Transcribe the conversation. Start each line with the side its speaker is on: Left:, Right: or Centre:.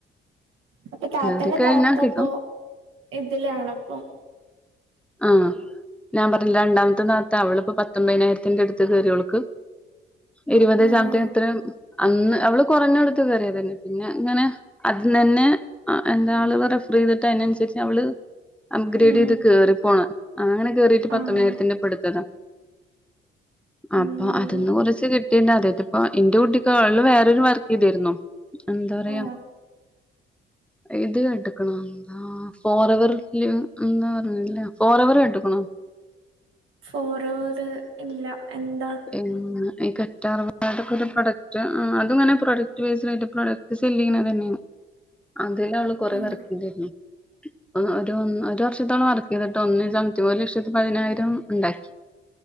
Right: അപ്പൊ താത്തന്റെ
Centre: കേറി കഴിഞ്ഞാ
Right: താത്തപ്പോ
Centre: കിട്ടും
Right: ഇതിലാണപ്പൊ
Centre: ആ ഞാൻ പറഞ്ഞില്ല രണ്ടാമത്തെ നാത്ത അവളിപ്പോ പത്തൊമ്പതിനായിരത്തിന്റെ അടുത്ത് കെറിആവൾക്ക് ഇരുപത്
Right: ആഹ്
Centre: ശത്ത ഇത്ര അന്ന് അവള് കുറഞ്ഞ കൊടുത്ത് കേയറിയതന്നെ പിന്നെ ഇങ്ങനെ അന്നനെ ആ എന്താ അൾ കുറെ റഫർ ചെയ്തിട്ട് അതിനനുസരിച്ച് അവള് അപ്ഗ്രേഡ്
Right: ഉം
Centre: ചെയ്ത് കേറിപ്പോണേ അങ്ങനെ കേറിയിട്ട് പത്തണായിരത്തിന്റെ
Right: ആഹ്
Centre: ഇപ്പടുത്തതാ അപ്പൊ
Right: ഉം
Centre: അതൊന്ന് കുറച്ച് കിട്ടിണ്ട അതായത്തിപ്പ എന്റെ കൂട്ടി കാളില് വേറൊരു വർക്ക് ചെയ്തിരുന്നു എന്താ പറയാ
Right: ആഹ്
Centre: ഇത് ക്കെട്ട്ക്കണ ന്താ ഫോർഎവാറി ല്ല് എന്ന് പറഞ്ഞില്ലേ ഫോർഎവർ ക്കെട്ട്ക്കണോ
Right: ഫോർഎവർ ഇല്ല എന്താ
Centre: ഏമ്മ് ഈ കറ്റാർവാഴേടെ ഒരു പ്രൊഡക്റ്റ് ആ അത്ങ്ങനെ പ്രൊഡക്ട് വേസ്ഡായിയിട്ട് പ്രൊഡക്ട് സെല് ചെയ്യുന്നത് തന്നെയാണ് അതില് അവള് കൊറെ
Right: ആഹ്
Centre: വർക്ക് ചെയ്ത്തിരുന്നു ഓ ഒരു ഒന്ന് വർഷത്തോളം വർക്ക് ചെയ്തിട്ട് ഒന്ന് സംതിങ് ഒരു ലക്ഷത്തി പതിനായിരം ഉണ്ടാക്കി